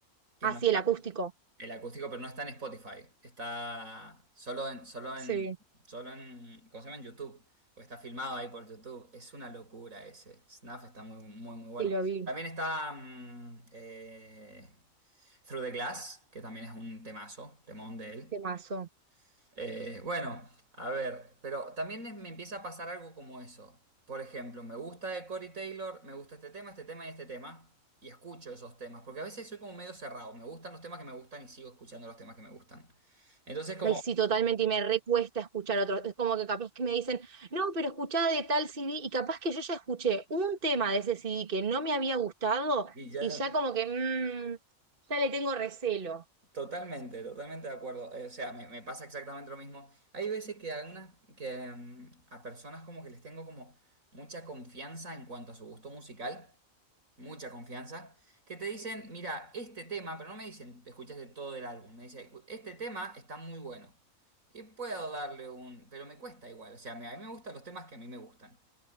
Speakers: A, on the right; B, on the right.
A: que
B: Ah,
A: no
B: sí,
A: está,
B: el acústico.
A: el acústico, pero no está en Spotify, está solo en, solo
B: Sí,
A: en, solo en, ¿cómo se llama? En YouTube, porque está filmado ahí por YouTube. Es una locura ese. Snap está muy, muy, muy bueno.
B: sí lo vi.
A: También está mm, eh, Through the Glass, que también es un temazo, temón de él.
B: Temazo.
A: Eh, bueno, a ver, pero también es- me empieza a pasar algo como eso. Por ejemplo, me gusta de Corey Taylor, me gusta este tema, este tema y este tema, y escucho esos temas, porque a veces soy como medio cerrado, me gustan los temas que me gustan y sigo escuchando los temas que me gustan. Entonces como,
B: Ay, sí, totalmente, y me recuesta escuchar otros. Es como que capaz que me dicen, no, pero escuchá de tal CD, y capaz que yo ya escuché un tema de ese CD que no me había gustado,
A: y ya
B: y
A: no-
B: ya como que, mmm, ya le tengo recelo.
A: totalmente, totalmente de acuerdo, Eh, o sea, me, me pasa exactamente lo mismo. Hay veces que, a, algunas- que mm, a personas como que les tengo como mucha confianza en cuanto a su gusto musical. mucha confianza, que te dicen, mira, este tema, pero no me dicen, te escuchaste todo el álbum, me dicen, este tema está muy bueno. Y puedo darle un, pero me cuesta igual, o sea, me- a mí me gustan los temas que a mí me gustan.